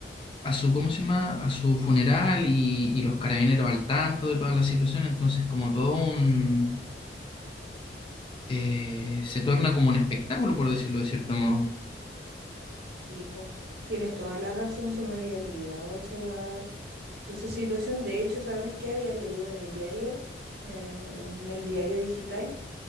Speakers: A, on the left; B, on the right.
A: a su, ¿cómo se llama? A su funeral y, y los carabineros al tanto de toda la situación. Entonces, como todo un, eh, se torna como un espectáculo, por decirlo de cierto modo.
B: Sí, po, Tienes toda la razón, se me había olvidado esa, Esa situación, de hecho, ¿sabes qué había leído en el diario, eh, en el diario digital,